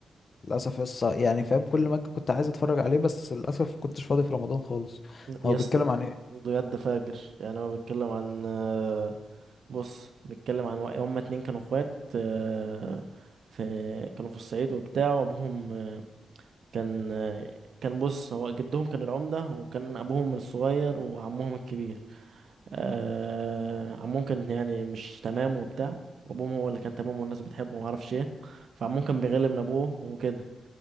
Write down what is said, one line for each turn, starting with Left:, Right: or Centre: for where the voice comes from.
Left: للاسف يس يعني فاهم كل ما أجي كنت عايز اتفرج عليه بس للاسف كنتش فاضي في رمضان خالص هو
Right: يا اسطى
Left: بيتكلم عن ايه
Right: بجد فاجر يعني هو بيتكلم عن آه، بص بيتكلم عن وا- هما اتنين كانوا اخوات آه، في كانوا في الصعيد وبتاع وابوهم آه، كان آه، كان بص هو جدهم كان العمدة وكان ابوهم الصغير وعمهم الكبير آه، عمهم كان يعني مش تمام وبتاع وابوهم هو اللي كان تمام والناس بتحبه ومعرفش ايه فعمهم كان بيغل من ابوه وكده